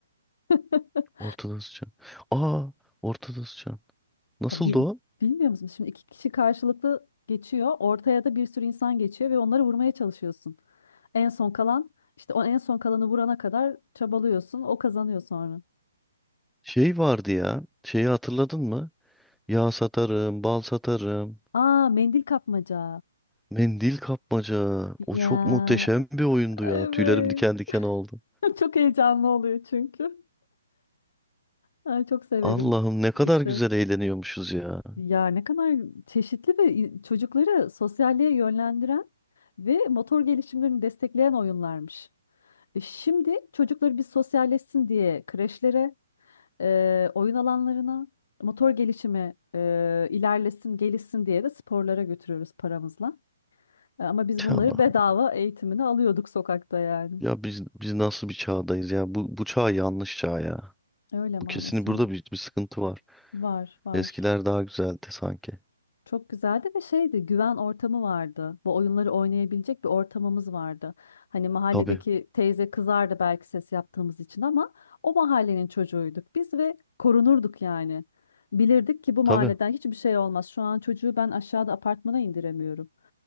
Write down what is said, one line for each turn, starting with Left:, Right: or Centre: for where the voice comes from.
Left: <laughs>
Centre: Ortada sıçan. Aa ortada sıçan. Nasıldı
Left: Aa, bil-
Centre: o?
Left: Bilmiyor musun? Şimdi iki kişi karşılıklı geçiyor. Ortaya da bir sürü insan geçiyor ve onları vurmaya çalışıyorsun. En son kalan işte o en son kalanı vurana kadar çabalıyorsun. O kazanıyor sonra.
Centre: Şey vardı ya. Şeyi hatırladın mı? Yağ satarım, bal satarım.
Left: Aa mendil kapmaca.
Centre: Mendil kapmaca.
Left: Ya
Centre: O çok muhteşem bir oyundu
Left: evet.
Centre: ya. Tüylerim diken diken oldu.
Left: <laughs> Çok heyecanlı oluyor çünkü. Ay, çok severim.
Centre: Allah'ım ne kadar
Left: İşte
Centre: güzel eğleniyormuşuz ya.
Left: Ya ne kadar çeşitli ve i- çocukları sosyalliğe yönlendiren ve motor gelişimlerini destekleyen oyunlarmış. E, Şimdi çocukları bir sosyalleşsin diye kreşlere, e, oyun alanlarına, motor gelişimi e, ilerlesin, gelişsin diye de sporlara götürüyoruz paramızla. E, Ama biz
Centre: Tüh
Left: bunları
Centre: Allah'ım.
Left: bedava eğitimini alıyorduk sokakta yani.
Centre: Ya biz biz nasıl bir çağdayız ya? Bu bu çağ yanlış çağ ya.
Left: Öyle maalesef.
Centre: Bu kesin burada bir, bir sıkıntı var.
Left: Var, var.
Centre: Eskiler daha güzeldi sanki.
Left: Çok güzeldi ve şeydi güven ortamı vardı. Bu oyunları oynayabilecek bir ortamımız vardı. Hani mahalledeki
Centre: Tabii.
Left: teyze kızardı belki ses yaptığımız için ama o mahallenin çocuğuyduk biz ve korunurduk yani. Bilirdik ki bu mahalleden
Centre: Tabii.
Left: hiçbir şey olmaz. Şu an çocuğu ben aşağıda apartmana indiremiyorum.